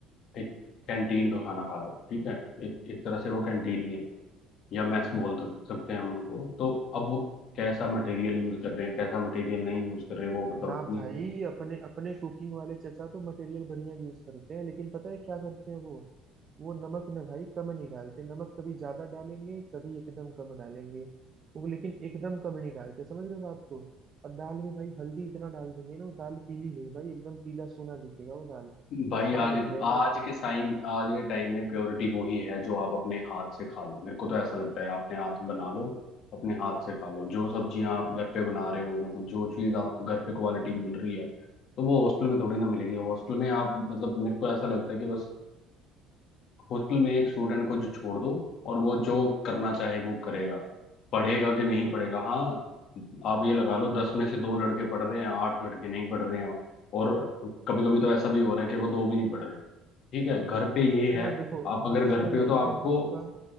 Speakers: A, on the left; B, on the right.
A: एक कैंटीन का खाना खा रहे हो ठीक है एक एक तरह से वो कैंटीन ही है या मैस बोल सक- सकते हैं हम उनको तो अब वो कैसा मटेरियल यूज कर रहे हैं कैसा मटेरियल नहीं यूज कर रहे वो मतलब
B: ना
A: अपनी
B: भाई अपने अपने कुकिंग वाले चचा तो मटेरियल बढ़िया यूज करते हैं लेकिन पता है क्या करते हैं वो वो नमक ना भाई कम नहीं डालते नमक कभी ज्यादा डालेंगे कभी एकदम कम डालेंगे वो लेकिन एकदम कम नहीं डालते समझ रहे हो बात को और दाल में भाई हल्दी इतना डाल देंगे ना वो दाल पीली नहीं भाई एकदम पीला सोना दिखेगा वो दाल
A: भाई
B: बस स्वाद
A: आज
B: नहीं रहेगा
A: आज
B: उसमें
A: के साइम आज के टाइम में प्योरिटी वो ही है जो आप अपने हाथ से खा लो मेरे को तो ऐसा लगता है आपने हाथ बना लो अपने हाथ से खा लो जो सब्जियां आप घर पे बना रहे हो मतलब जो चीज आपको घर पे क्वालिटी मिल रही है तो वो हॉस्टल में थोड़ी ना मिलेगी हॉस्टल में आप मतलब मेरे को ऐसा लगता है कि बस हॉस्टल में एक स्टूडेंट को जो छोड़ दो और वो जो करना चाहे वो करेगा पढ़ेगा कि नहीं पढ़ेगा हाँ आप ये लगा लो दस में से दो लड़के पढ़ रहे हैं आठ लड़के नहीं पढ़ रहे हैं और कभी कभी तो ऐसा भी हो रहा है कि वो दो भी नहीं पढ़ रहे ठीक है घर पे ये है
B: यार देखो
A: आप अगर
B: हॉस्टल
A: घर पे हो
B: लाइफ
A: तो आपको
B: में हम लोग का